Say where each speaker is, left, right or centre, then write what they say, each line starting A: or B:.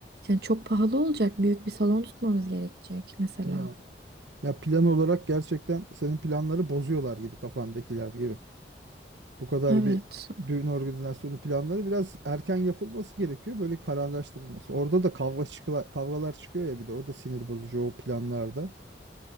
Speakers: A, on the right; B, on the right.
A: yani çok pahalı olacak. Büyük bir salon tutmamız gerekecek mesela.
B: Ya, ya plan olarak gerçekten senin planları bozuyorlar gibi kafandakiler gibi. Bu kadar
A: Evet.
B: bir düğün organizasyonu planları biraz erken yapılması gerekiyor. Böyle kararlaştırılması. Orada da kavga çıkıla, kavgalar çıkıyor ya bir de o da sinir bozucu o planlarda.